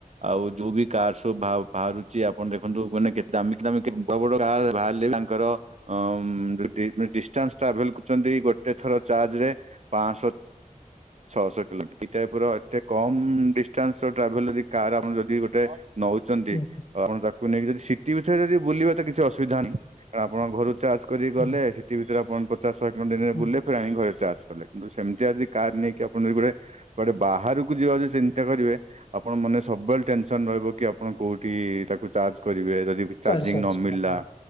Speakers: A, on the right; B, on the left.
A: ଆଉ ଯୋଉ ବି କାର ସବୁ ବାହା- ବାହାରୁଛି ଆପଣ ଦେଖନ୍ତୁ ମାନେ କେତେ ଦାମିକା ଦାମିକା ବଡ କାର ବାହାରିଲେ ବି ତ ଅଂ ଡିଷ୍ଟାନ୍ସ ଟ୍ରାଭେଲ କରୁଛନ୍ତି ଗୋ ଗୋଟେ ଥର ଚାର୍ଜ ରେ ପାଂଶ ଛଅଶହ କିଲୋମିଟର ଏଇ ଟାଇପ ର ଏତେ କମ୍ ଡିଷ୍ଟାନ୍ସ ର ଟ୍ରାଭେଲ ଯଦି କାର ଆପଣ ଯଦି ଗୋଟେ ନଉ ଚନ୍ତି
B: ହୁଁ।
A: ଆଉ ଆପଣ ତାକୁ ନେଇକି ଯଦି ସିଟି ଭିତରେ ଯଦି ବୁଲିବେ ତ କିଛି ଅସୁବିଧାନାହିଁ କାରଣ ଆପଣ ଘରୁ ଚାର୍ଜ କରିକ
B: ହଁ
A: ଗଲେ ସେଠି ଭିତରେ ଆପଣ ପଚାଶ ଶହେ କିଲୋମିଟର୍ ଯାଏଁ
B: ହୁଁ
A: ବୁଲିଲେ ଫେର ଆଣିକି ଘରେ ଚାର୍ଜ କଲେ। କିନ୍ତୁ ସେମିତିଆ ଯଦି କାର ନେଇକି ଆପଣ ଯଦି ଗୋଟେ କୁଆଡ଼େ ବାହାରକୁ ଯିବାକୁ ଯଦି ଚିନ୍ତା କରିବେ ଆପଣ ମନରେ ସବୁବେଳେ ଟେନସନ ରହିବ କି ଆପଣ କୋଉଠି ତାକୁ ଚାର୍ଜ କରିବେ ଯଦି
B: ଚାରି
A: ଚାର୍ଜିଙ୍ଗ
B: ଶହ
A: ନ ମିଳିଲା।
B: ହଁ